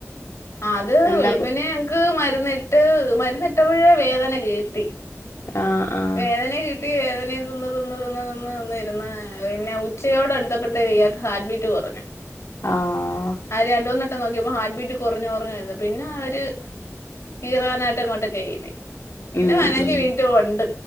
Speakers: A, on the left (about 65°); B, on the left (about 80°).
A: അത്
B: എന്താ
A: വെളുപ്പിനെ ഞങ്ങക്ക് മരുന്ന് ട്ട് മരുന്നിട്ടപ്പഴേ വേദന കീർത്തി
B: ആഹ് ആഹ്
A: വേദന കിട്ടി വേദനയും തിന്ന് തിന്ന് തിന്ന് തിന്ന് നിന്ന് ഇരുന്ന് പിന്നെ ഉച്ചയോട് അടുത്തപ്പഴ്ത്തേക്കും ഇയാക്ക് ഹാർട്ട് ബീറ്റ് കുറഞ്ഞു
B: ആഹ്
A: ആര് രണ്ട് മൂന്ന്വട്ടം നോക്കിയപ്പം ഹാ ട്ട് ബീറ്റ് കൊറഞ്ഞ് കൊറഞ്ഞ് വരുന്ന്. പിന്ന അവര് കീറാനായിട്ട് അങ്ങോട്ടക്ക് കയറ്റി. പിന്നെ
B: ഉം
A: പയ്നഞ്ച്
B: ഉം
A: മിനിറ്റ് കൊണ്ട്